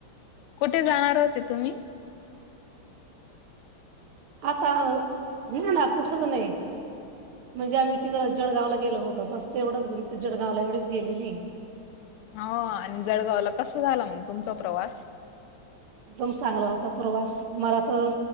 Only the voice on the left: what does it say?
कुठे जाणार होते तुम्ही?
हा आणि जळगावला कसं झालं मग तुमचा प्रवास?